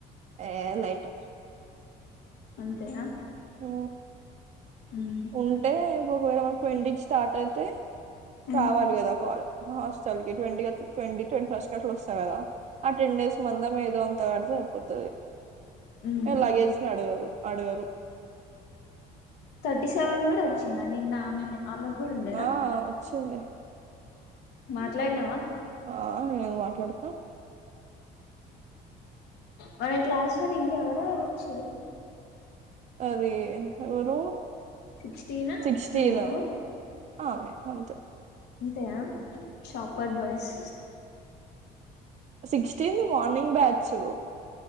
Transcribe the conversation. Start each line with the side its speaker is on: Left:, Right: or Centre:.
Right: ఏ లైట్
Left: అంతేనా
Right: ఓ
Left: ఉమ్
Right: ఉంటే ఇప్పుడు ఒకవేళ మన ట్వంటీకి స్టార్ట్ అయితయి
Left: ఉమ్
Right: రావాలి కదా కాల్ హాస్టల్ కి ట్వంటీ ట్వంటీ ట్వంటీ ఫస్ట్ అట్లా వస్తా కదా ఆ టెన్ డేస్ మందం ఏదో అంత కడితే అయిపోతుది
Left: ఉమ్
Right: ఏ లగేజ్ ని అడగరు అడగరు
Left: థర్టీ సెవెన్ కూడా వచ్చిందా నిన్న ఆమెనే ఆమెకు కూడా ఉండేనా
Right: ఆ వచ్చింది
Left: మాట్లాడినావా
Right: ఆ నేను ఎందుకు మాట్లాడతా?
Left: మన క్లాస్ వాళ్ళు ఇంగ ఎవరెవరు వచ్చిర్రు?
Right: అదే ఎవరు
Left: సిక్స్టీనా
Right: సిక్స్టీన్
Left: నువ్వు
Right: ఆమె అంతే
Left: అంతేనా shopper boys
Right: sixteen the morning batch.